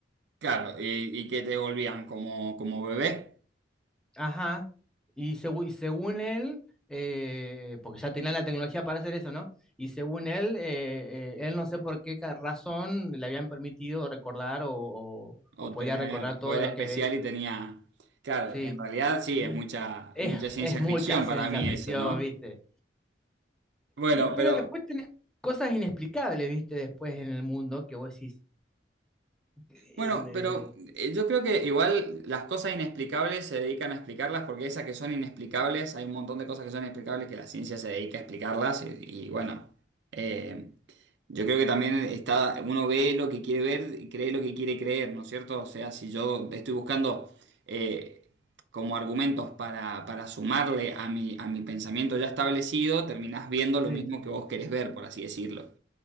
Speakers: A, on the right; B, in the centre.
A: Claro, y, y que te volvían como, como bebé.
B: Ajá. Y, segu- y según él, eh, porque ya tenía la tecnología para hacer eso, ¿no? Y según él, eh, eh, él no sé por qué ca- razón le habían permitido recordar o, o, o
A: O
B: podía
A: tener,
B: recordar todo
A: o era
B: lo
A: especial
B: que había hecho.
A: y tenía. Claro,
B: Sí.
A: en realidad sí,
B: Y
A: es mucha,
B: es,
A: mucha ciencia
B: es mucha
A: ficción
B: ciencia
A: para mí
B: ficción,
A: eso, ¿no?
B: ¿viste?
A: Bueno,
B: Y, pero
A: pero
B: después tenés cosas inexplicables, ¿viste? Después en el mundo que vos decís. eh,
A: Bueno,
B: eh,
A: pero
B: eh,
A: eh, yo creo que igual las cosas inexplicables se dedican a explicarlas porque esas que son inexplicables, hay un montón de cosas que son inexplicables que la ciencia se dedica a explicarlas y, y bueno, eh, yo creo que también está, uno ve lo que quiere ver y cree lo que quiere creer, ¿no es cierto? O sea, si yo estoy buscando eh, como argumentos para, para sumarle a mi, a mi pensamiento ya establecido, terminás viendo lo
B: sí.
A: mismo que vos querés ver, por así decirlo.